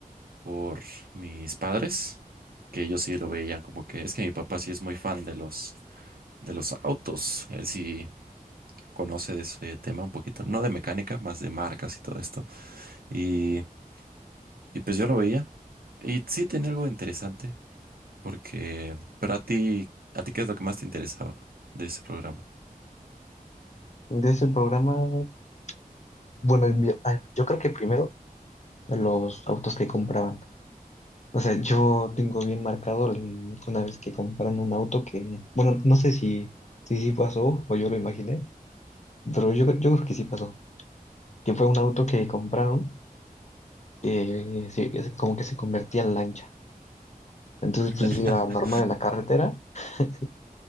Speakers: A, on the right (about 80°); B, on the left (about 50°).
A: por mis padres, que ellos sí lo veían como que es que mi papá sí es muy fan de los de los autos, él sí conoce de ese tema un poquito, no de mecánica, más de marcas y todo esto. Y, y pues yo lo veía y sí tenía algo interesante porque, pero a ti, a ti ¿qué es lo que más te interesaba de ese programa?
B: De ese programa, bueno, el mío- ay, yo creo que primero los autos que compraban. O sea, yo tengo bien marcado el- una vez que compraron un auto que, bueno, no sé si, si sí pasó o yo lo imaginé, pero yo, yo creo que sí pasó. Que fue un auto que compraron que sí, es como que se convertía en lancha. Entonces, pues
A: <laughs>
B: iba normal en la carretera <laughs>